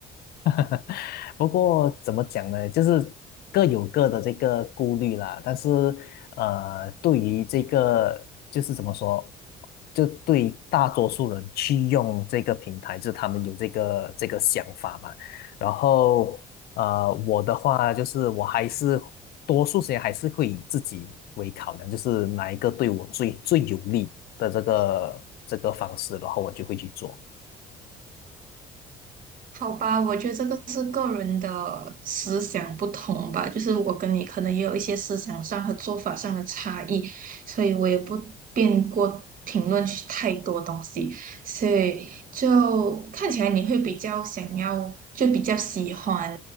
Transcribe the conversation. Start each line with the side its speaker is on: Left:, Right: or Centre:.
Left: <laughs> 不过怎么讲呢，就是各有各的这个顾虑啦。但是，呃，对于这个就是怎么说，就对于大多数人去用这个平台，就是他们有这个这个想法嘛。然后，呃，我的话就是我还是多数时间还是会以自己为考量，就是哪一个对我最最有利的这个这个方式，然后我就会去做。
Right: 好吧，我觉得这个是个人的思想不同吧，就是我跟你可能也有一些思想上和做法上的差异，所以我也不便过评论去太多东西，所以就看起来你会比较想要，就比较喜欢